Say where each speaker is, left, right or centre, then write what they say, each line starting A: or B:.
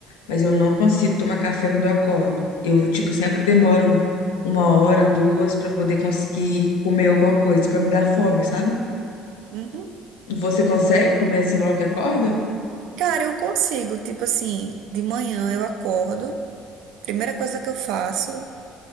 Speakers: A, on the left (about 80°); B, on the right (about 70°).
A: mas eu não consigo tomar café quando eu acordo. Eu, tipo, sempre demoro uma hora, duas pra poder conseguir comer alguma coisa, pra me dar fome, sabe?
B: Uhum.
A: Você consegue comer assim logo que acorda?
B: Cara, eu consigo, tipo assim, de manhã eu acordo, primeira coisa que eu faço,